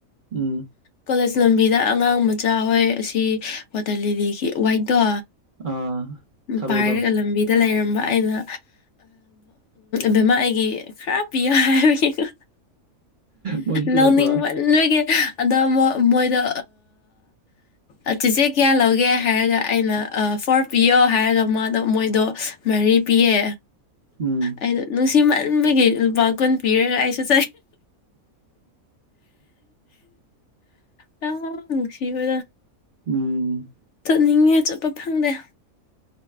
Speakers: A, on the right; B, on the left.
A: ꯎꯝ
B: ꯀꯣꯂꯦꯖ ꯂꯝꯕꯤꯗ ꯑꯉꯥꯡ ꯃꯆꯥ ꯍꯣꯏ ꯑꯁꯤ ꯋꯥꯇꯔ ꯂꯤꯂꯤꯒꯤ ꯋꯥꯏꯠꯇꯣ
A: ꯑꯥ ꯊꯔꯣꯗꯣ
B: ꯄꯥꯏꯔ ꯂꯝꯕꯤꯗ ꯂꯩꯔꯝꯕ ꯑꯩꯅ ꯕꯦꯃꯥ ꯑꯩꯒꯤ ꯈꯔ ꯄꯤꯌꯥ ꯍꯥꯏꯕꯒꯤꯀꯣ
A: ꯃꯣꯏ ꯄꯤꯔꯛꯄ꯭ꯔꯥ
B: ꯂꯧꯅꯤꯡ ꯃꯟ ꯕꯒꯤ ꯑꯗꯣ ꯃꯣ ꯃꯣꯏꯗꯣ ꯑ ꯆꯦꯆꯦ ꯀꯌꯥ ꯂꯧꯒꯦ ꯍꯥꯏꯔꯒ ꯑꯩꯅ ꯐꯣꯔ ꯄꯤꯌꯣ ꯍꯥꯏꯔꯒ ꯃꯥꯗꯣ ꯃꯣꯏꯗꯣ ꯃꯔꯤ ꯄꯤꯌꯦ
A: ꯎꯝ
B: ꯑꯩꯗꯣ ꯅꯨꯡꯁꯤꯃꯟꯕꯒꯤ ꯂꯨꯄꯥ ꯀꯨꯟ ꯄꯤꯔꯒ ꯑꯩꯁꯨ ꯌꯥꯝꯅꯨꯡꯁꯤꯕ
A: ꯎꯝ
B: ꯅꯤꯡꯉꯦ ꯆꯠꯄ ꯐꯪꯗꯦ